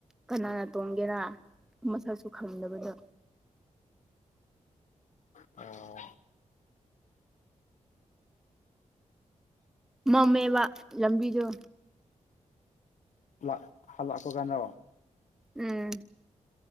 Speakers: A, in the centre; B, on the left (about 75°).
A: ꯀꯅꯥꯅ ꯇꯣꯡꯒꯦꯔꯥ ꯃꯁꯛꯁꯨ ꯈꯪꯗꯕꯗꯣ
B: ꯑꯣ
A: ꯃꯝꯃꯦꯕ ꯂꯝꯕꯤꯗꯨ
B: ꯂꯥꯛ ꯍꯜꯂꯛꯄ ꯀꯥꯟꯔꯣ
A: ꯎꯝ